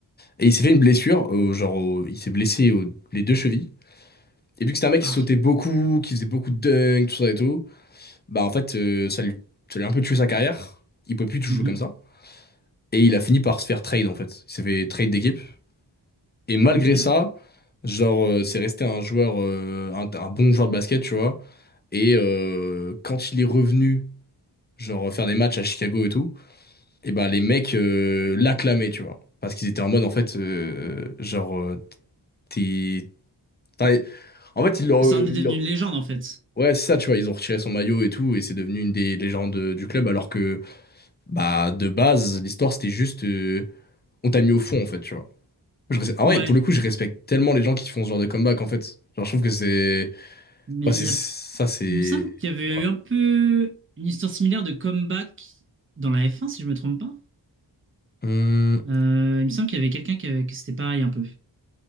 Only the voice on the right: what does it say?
Ah.
Mhm.
Ok.
Ah, Ça
en est devenu
une légende, en fait.
Ouais.
Mais
il
y
a...
il me semble qu'il y avait
eu un peu une histoire similaire de comeback dans la f un si je me trompe pas.
Euh, il me semble qu'il y avait quelqu'un qui que c'était pareil, un peu.